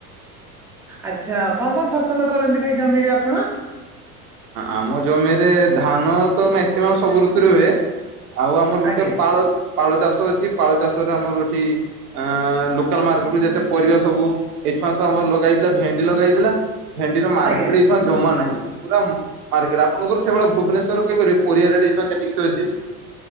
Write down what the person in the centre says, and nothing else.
ଆଚ୍ଛା କଣ କଣ ଫସଲ କରନ୍ତି ଭାଇ ଜମିରେ ଆପଣ?
ଆଜ୍ଞା
ଆଜ୍ଞା